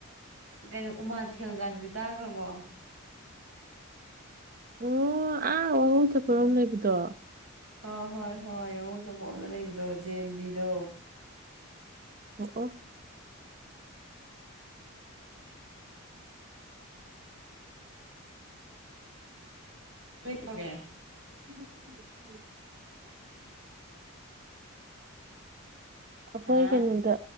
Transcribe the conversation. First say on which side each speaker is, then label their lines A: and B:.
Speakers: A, on the right; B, on the right.
A: ꯀꯩꯅꯣ ꯎꯃꯥꯊꯦꯜꯒꯗꯨꯗꯤ ꯇꯥꯒ꯭ꯔꯥꯕꯣ
B: ꯑꯣ ꯑꯥ ꯋꯥꯉꯨ ꯆꯠꯄꯔꯣꯝ ꯂꯩꯕꯗꯣ
A: ꯍꯣꯏ ꯍꯣꯏ ꯍꯣꯏ ꯋꯥꯡꯉꯨ ꯆꯠꯄꯝꯔꯣꯝꯗ ꯂꯩꯕꯗꯣ ꯖꯦꯟꯕꯤꯗꯣ
B: ꯑꯣ ꯑꯣ
A: <unintelligible>
B: <inaudible> ꯑꯩꯈꯣꯏ
A: ꯍꯥ
B: ꯀꯩꯅꯣꯗ